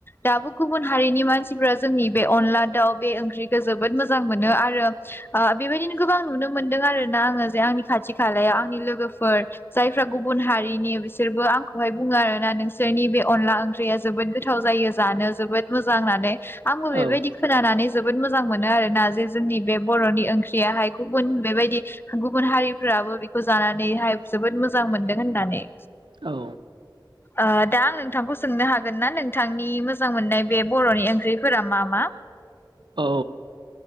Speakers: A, on the left; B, on the right.
A: दाबो गुबुन हारिनि मानसिफ्रा जोंनि बे अनला दाउ बे ओंख्रिखौ जोबोद मोजां मोनो आरो ओ बेबायदिनो गोबां नुनो मोन्दों आरोना आङो जे आं खाथि खालायाव आंनि लोगो फोर जायफोरा गुबुन हारिनि बिसोरबो आंखौहाय बुङो आरोना नोंसोरनि बे अनला ओंख्रिया जोबोद गोथाव जायो जानो जोबोद मोजां होननानै। आंबो
B: औ
A: बेबायदि खोनानानै जोबोद मोजां मोनो आरोना जे जोंनि बे बर'नि ओंख्रियाहाय गुबुन बेबायदि गुबुन हारि फोराबो बेखौ जानानैहाय जोबोद मोजां मोनदों होननानै।
B: औ
A: ओ दा आं नोंथांखौ सोंनो हागोन ना नोंथांनि मोजां मोननाय बे बर'नि ओंख्रिफोरा मा मा?
B: औ